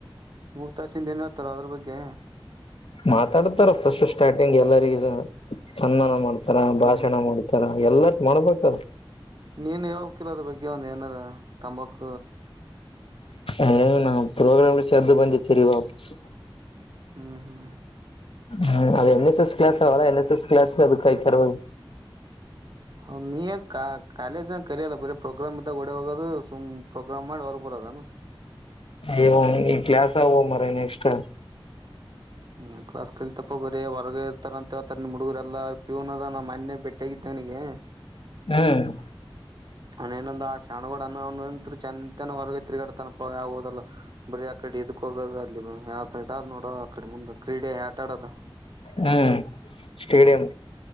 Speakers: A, on the right; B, on the left.
A: ಮೂರ್ ತಾಸಿಂದ್ ಏನ್ ಹೇಳ್ತಾರೆ ಅದ್ರು ಬಗ್ಗೆ
B: ಮಾತಾಡ್ತಾರ ಫಸ್ಟ್ ಸ್ಟಾರ್ಟಿಂಗ್ ಎಲ್ಲರಿಗ್ ಸನ್ಮಾನ ಮಾಡ್ತ ತರ
A: ಹ್ಮ್
B: ಭಾಷಣ ಮಾಡ್ತಾರ ಎಲ್ಲತ್ ಮಾಡ್ಬೇಕಲ್
A: ನೀನ್ ಹೇಳಾಕಿಲ್ಲ ಅದ್ರ ಬಗ್ಗೆ ಒಂದ್ ಏನಾರ ತಂಬಾಕು
B: ಹ ನ ಪೋಗ್ರಾಮಲ್ಲಿ ಶ್ದ ಬಂದಜಿ ತಿರಿಗಿ ವಾಪಸು
A: ಹ್ಮ್ ಹ್ಮ್
B: ಹ್ಮ್ ಅದು ಎನ್ ಎಸ್ ಎಸ್ ಕ್ಲಾಸ್ ಆಲ್ಲ ಎನ್ ಎಸ್ ಎಸ್ ಕ್ಲಾಸ್ ಅದಕಾಯ್ತರ್ದು
A: ಹ ನೀ ಕ ಕಾಲೇಜ್ನ ಕಲಲ್ಲ ಬರಿ ಪ್ರೋಗ್ರಾಮ್ ಇದ್ದಾಗ ಡೆ ಹೋಗೋದು ಸುಮ್ ಪ್ರೋಗ್ರಾಮ್ ಮಾಡಿ ಹೊರಗ್ ಬರದನು
B: ಇ ಈ ಕ್ಲಾಸ ಅವೋ ಮರೈ ನೆಕ್ಸ್ಟ್
A: ಹ್ಮ ಕ್ಲಾಸ್ ಕಳಿತಪ್ಪ ಬರೀ ಹೊರಗ ಇರ್ತಾರ ಅಂತ ಹೇಳ್ತಾರೆ ನಿನ್ ಹುಡುಗರೆಲ್ಲ ಪ್ಯೂನ್ ಅದ ನಾ ಮನೆೆ ಭ ಬೆಟ್ಟಿಾಗಗಿದ್ದೇವನಿಗೆ
B: ಹ್ಮ್
A: ಅಣೇನೊಂದ ಆ ಶಣಗಡ ಅತ್ ಚಂದ ತನ ಹೊರಗ ಅವ್ನ್ ಎನ್ ಅಂದ ಶಾನೇ ಅದನವ ಚನಾಗಿ ವರಗೆ ತಿರುಗಾಡತನಪ ಓದಲ್ಲ ಬರೀ ಆಕಡೆ ಇದಕ್ ಹೋಗೋದು ಅಲ್ಲಿ ಯಾವ ಇದಾದ್ ನೋಡ ಅಕಡೆ ಮುಂದ್ ಕ್ರೀಡೆ ಆಟಾಡೋದು
B: ಹ್ಮ್ ಸ್ಟೇಡಿಯಂ